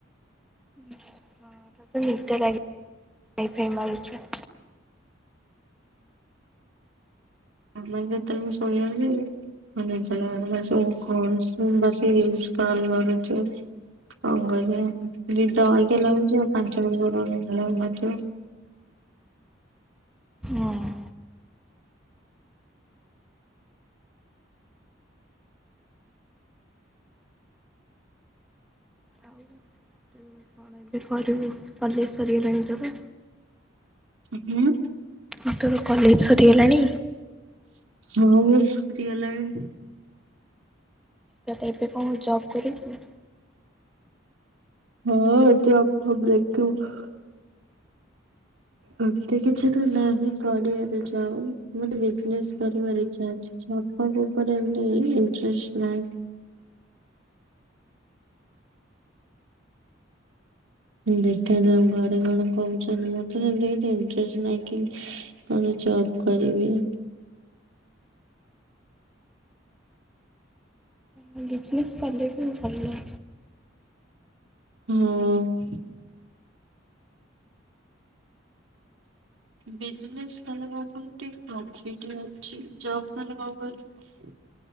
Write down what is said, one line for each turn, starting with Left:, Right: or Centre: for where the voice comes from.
Centre: ହୁଁ ହଁ ତାହେଲେ ତତେ ନିଦ ଲାଗି ଫାଇ ମାରୁଛୁ।
Right: ଆଉ ନଏଲେ ଯେତେବେଳେ ମୁଁ ଶୋଇଆ କୁ ଜିବି। ମତେ ନିଦ ଲାଗିବନି ମୁଁ ଏ ସବୁ କନଷ୍ଟାଣ୍ଡ ବସିକି ରିିଲ୍ସ ସ୍କଲ୍ର କରୁଥିବି। କଣ କରିବା ନିଦ ଅଇକା ଲାଗୁଛି ଆଉ ପାଞ୍ଚ ପୂର୍ବ ରୁ ନିଦ ଲାଗୁ ନଥିବ।
Centre: ହଁ। ଆଉ ତୁ କଣ ଏବେ କରିବୁ କଲଜ ସରିଗଲାଣି ପରା।
Right: ହୁଁ।
Centre: ମୁଁ ତୋର କଲେଜ ସରିଗଲାଣି।
Right: ହଁ ମୋର ସରିଗଲାଣି।
Centre: ତ ତ ଏବେ କଣ ଜବ୍ କରିବୁ।
Right: ହଁ ଯବ ଫବ ଦେଖୁଥିବୁ। ଏମିତି କିଛି ତ ନାହିଁ କରିବାର ଯବ ମତେ ବିଜନେସ କରିବାର ଇଛା ଅଛି। ଯବ ଫବ ଉପରେ ଏମିତି ଇଂଟ୍ରେଷ୍ଟ ନାହି। ଦେଖାଯାଉ ଘରେ କଣ କହୁଛନ୍ତି ମୋର ତ ସେମିତି କିଛି ଇଣ୍ଟ୍ରେଷ୍ଟ ନହିଁ କି। କଣ ଜବ କରିବି।
Centre: ହଁ ବିଜନେସ୍ କଲେ ବି ଭଲ।
Right: ହୁଁ। ବିଜନେସ କଲେ କଣ କହିଲୁ ଟିକେ ପ୍ରଫିଟ ଅଛି ଜବ କଲେ କଣ କହିଲୁ।